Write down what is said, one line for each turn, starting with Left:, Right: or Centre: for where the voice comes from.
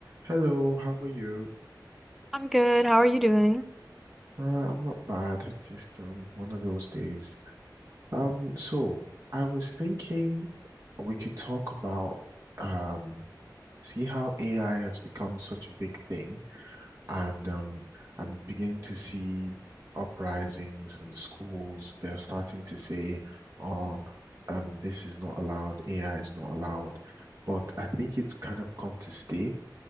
Right: Hello, how are you?
Centre: I'm good. How are you doing?
Right: Uh, I'm not bad. It's Just um, one of those days. Um, so I was thinking we could talk about um, see how AI has become such a big thing, and um, I'm beginning to see uprisings and schools. They're starting to say, "Oh, um, this is not allowed. AI is not allowed." But I think it's kind of come to stay.